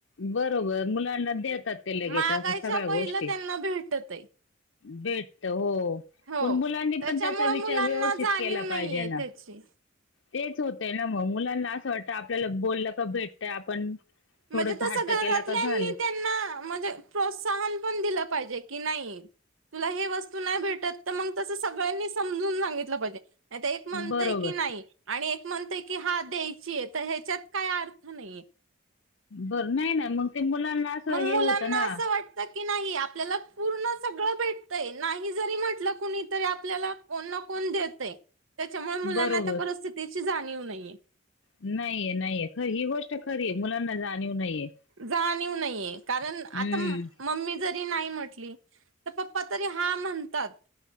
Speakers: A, on the left; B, on the right.
A: बरोबर मुलांना देतात ते लगेच
B: मागायच्या
A: अस सगळ्या
B: पहिलं
A: गोष्टी.
B: त्यांना भेटतय
A: भेटतं हो.
B: हो
A: पण मुलांनी
B: त्याच्यामुळे
A: पण त्याचा विचार
B: मुलांना
A: व्यवस्थित
B: जाणीव
A: केला
B: नाहीये
A: पाहिजे ना!
B: त्याची
A: तेच होतय ना मग मुलांना असं वाटतं आपल्याला बोललं का भेटतय आपण
B: म्हणजे
A: थोडस
B: तसं
A: हट्ट
B: घरातल्यांनी
A: केला का झालं
B: त्यांना म्हणजे प्रोत्साहन पण दिलं पाहिजे की नाही तुला हे वस्तू नाही भेटत तर मग तसं सगळ्यांनी समजून सांगितलं पाहिजे. नाहीतर एक म्हणतंय
A: बरोबर
B: की नाही आणि एक म्हणतय की हां द्यायची आहे तर ह्याच्यात काय अर्थ नाहीये.
A: बरं नाही ना मग ते मुलांना असं
B: मग
A: हे
B: मुलांना
A: होतं ना.
B: असं वाटतं की नाही आपल्याला पूर्ण सगळं भेटतंय नाही जरी म्हटलं कुणी तरी आपल्याला कोण ना कोण देतंय त्याच्यामुळं मुलांना
A: बरोबर
B: त्या परिस्थितीची जाणीव नाहीये.
A: नाहीये नाहीये खर ही गोष्ट खरी आहे मुलांना जाणीव नाहीये.
B: जाणीव नाहीये कारण
A: हम्म
B: आता मम्मी जरी नाही म्हटली तर पप्पा तरी हा म्हणतात.